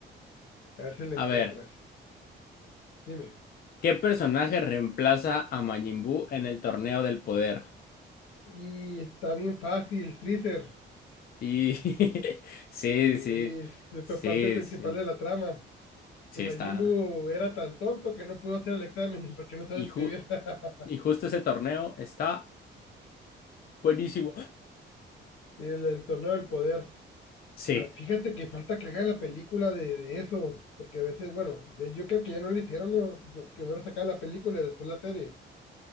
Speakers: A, on the left; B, on the left.
A: a ver si la encuentras.
B: A ver,
A: Dime.
B: ¿qué personaje reemplaza a Majin Buu en el torneo del poder?
A: Y está bien fácil, Freezer.
B: Y <laughs> sí,
A: Sí,
B: sí,
A: es
B: sí,
A: la parte principal
B: sí,
A: de la trama.
B: sí,
A: Que Majin
B: está.
A: Buu era tan tonto que no pudo hacer el examen <laughs> porque no sabe
B: Y,
A: escribir.
B: ju-
A: <laughs>
B: y justo ese torneo está buenísimo.
A: El, el torneo del poder.
B: Sí.
A: Fa- Fíjate que falta que hagan la película de, de eso, porque a veces, bueno, de- yo creo que ya no lo hicieron, ¿no? Pr- Primero sacaban la película y después la serie.